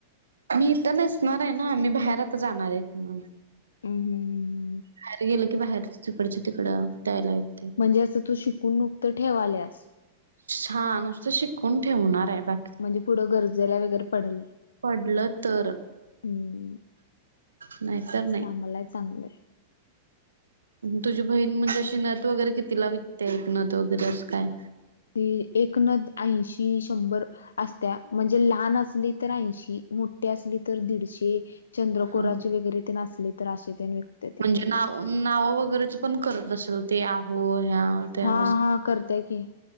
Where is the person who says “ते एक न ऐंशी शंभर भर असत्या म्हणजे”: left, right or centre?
Left